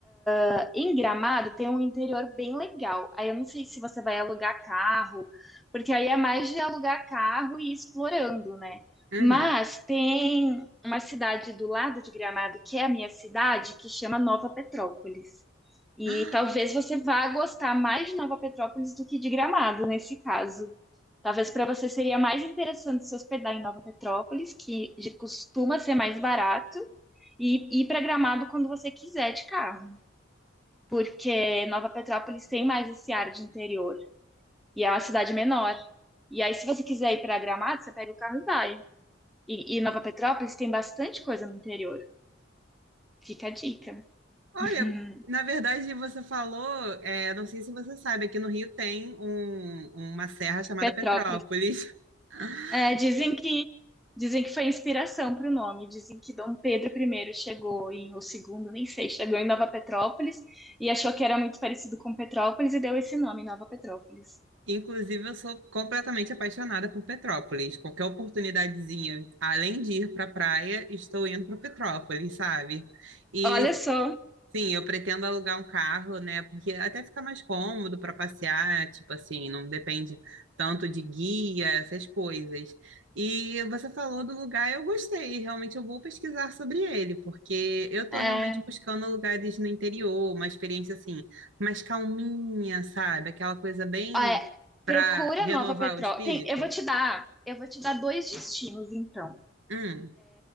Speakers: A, in the centre; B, on the right.
A: Nossa, em Gramado tem um interior bem legal. Aí eu não sei se você vai alugar carro, porque aí é mais de alugar carro e ir explorando, né?
B: Uhum.
A: Mas tem uma cidade do lado de Gramado, que é a minha cidade, que chama Nova Petrópolis. E
B: <gasps>
A: talvez você vá gostar mais de Nova Petrópolis do que de Gramado, nesse caso. Talvez para você seria mais interessante se hospedar em Nova Petrópolis, que de- costuma ser mais barato, e ir para Gramado quando você quiser de carro porque Nova Petrópolis tem mais esse ar de interior e é uma cidade menor. E aí, se você quiser ir para Gramado, você pega o carro e vai. E, e Nova Petrópolis tem bastante coisa no interior. Fica a dica.
B: Ah, Olha,
A: <laughs>
B: na verdade, você falou, é, não sei se você sabe, aqui no Rio tem um- uma serra chamada
A: Petrópolis.
B: Petrópolis.
A: É,
B: <laughs>
A: dizem que dizem que foi inspiração para o nome. Dizem que Dom Pedro I chegou em ou segundo, nem sei, chegou em Nova Petrópolis e achou que era muito parecido com Petrópolis e deu esse nome, Nova Petrópolis.
B: Inclusive, eu sou completamente apaixonada por Petrópolis. Qualquer oportunidadezinha, além de ir para a praia, estou indo para Petrópolis, sabe? E
A: Olha só,
B: Sim, eu pretendo alugar um carro, né? Porque até fica mais cômodo para passear, tipo assim, não depende tanto de guia, essas coisas. E você falou do lugar, eu gostei. Realmente eu vou pesquisar sobre ele, porque eu tô
A: é,
B: realmente buscando lugares no interior, uma experiência assim, mais calminha, sabe? Aquela coisa bem
A: É,
B: para
A: procura
B: renovar
A: Nova Petró.
B: o espírito.
A: Tem, eu vou te dar, eu vou te dar dois destinos, então.
B: Hum,